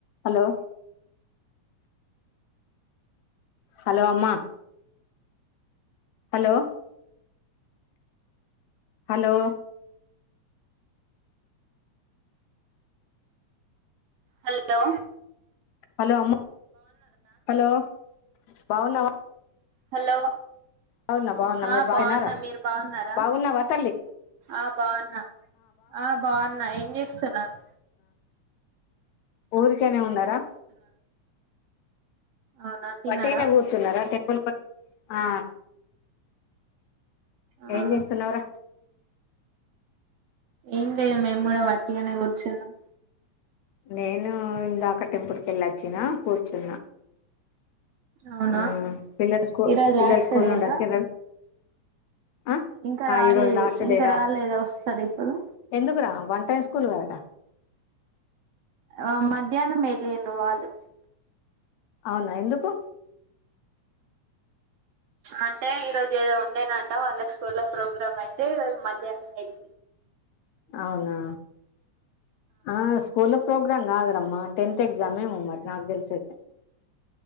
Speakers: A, on the left (about 75°); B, on the right (about 70°).
A: హలో హలొ అమ్మా హలొ హలో
B: హల్లో
A: హలో అమ్మ హలో బావున్నవా?
B: హల్లో
A: బాగున్నా బాగున్నా
B: ఆ
A: మీరు బాగున్నారా
B: బావున్న మీరు బావున్నరా
A: బాగున్నావా తల్లి
B: ఆ బ్ బావున్న ఆ బావున్న ఏం చేస్తున్నరు?
A: ఊరికెనే ఉన్నరా
B: అవునా తిన్నారా
A: వట్టినే కూర్చున్నరా టెంపుల్ ప్ ఆ
B: ఆ
A: ఏం చేస్తున్నవ్ ర?
B: ఏం లేద్ మేం గుడ వట్టిగనే కూర్చున్నం.
A: నేను ఇందాక టెంపుల్కెళ్ళొచ్చిన, కూర్చున్న.
B: అవునా
A: ఆ పిల్లల్ స్కూ
B: ఈరోజు
A: పిల్లల్
B: లాస్ట్
A: స్కూల్
B: డేనా
A: నుండి ఒచ్చిర? అ
B: ఇంకా
A: ఆ
B: రాలేదు
A: ఈరోజు లాస్ట్
B: ఇంకా
A: డేరా
B: రాలేదా వస్తారు ఇప్పుడు
A: ఎందుకు రా వంట ఏ స్కూల్ కదరా
B: ఆ మధ్యాహ్నం ఎల్లింరు వాల్లు
A: ఔనా ఎందుకు?
B: అంటే ఈరోజు ఎదొ ఉండేనంట. వాళ్ళక్ స్కూల్లో ప్రోగ్రాం ఐతె ఈరోజు మధ్యాహ్నం ఎక్
A: ఔనా ఆ స్కూల్లో ఫ్రోగ్రాం కాదురమ్మ టెంత్ ఎక్సామేమె మర్ నాక్ తెల్సి ఐతే